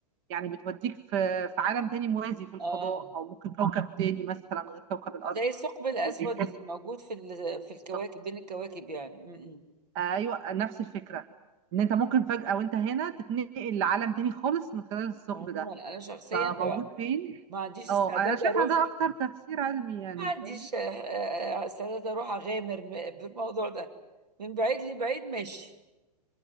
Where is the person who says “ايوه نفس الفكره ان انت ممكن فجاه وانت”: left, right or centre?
Right